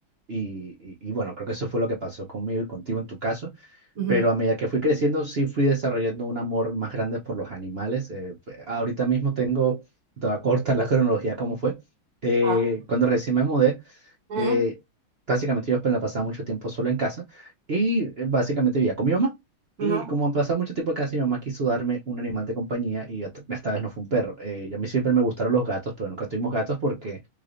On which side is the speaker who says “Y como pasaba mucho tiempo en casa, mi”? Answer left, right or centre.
Right